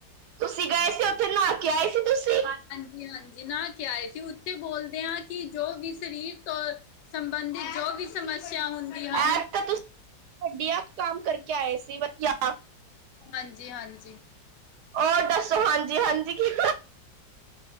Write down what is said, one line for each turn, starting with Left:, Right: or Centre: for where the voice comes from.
Right: ਤੁਸੀਂ ਗਏ ਸੀ, ਓਥੇ ਨਾ ਕੇ ਆਏ ਸੀ ਤੁਸੀਂ?
Left: ਜੀ ਹਾਂਜੀ ਨਹਾ ਕੇ ਆਏ ਸੀ, ਉ ਤੇ ਬੋਲਦੇ ਆਂ ਕਿ ਜੋ ਵੀ ਸਰੀਰ ਤੋਂ ਸੰਬੰਧਿਤ ਜੋ ਵੀ ਸਮੱਸਿਆ ਹੁੰਦੀ ਹਨ
Right: ਐ ਤਾਂ ਤੁਸੀਂ ਵਧੀਆ ਕਾਮ ਕਰਕੇ ਆਏ ਸੀ, ਵਧੀਆ।
Left: ਹਾਂਜੀ, ਹਾਂਜੀ।
Right: ਔਰ ਦੱਸੋ, ਹਾਂਜੀ ਹਾਂਜੀ ਕੀ